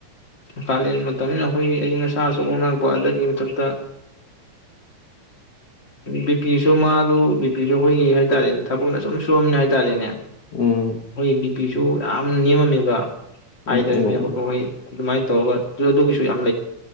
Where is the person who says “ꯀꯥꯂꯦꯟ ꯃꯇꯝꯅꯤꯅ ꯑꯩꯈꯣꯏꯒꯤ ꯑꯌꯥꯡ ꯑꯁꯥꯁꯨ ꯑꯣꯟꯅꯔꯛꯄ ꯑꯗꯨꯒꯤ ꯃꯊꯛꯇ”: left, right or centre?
Left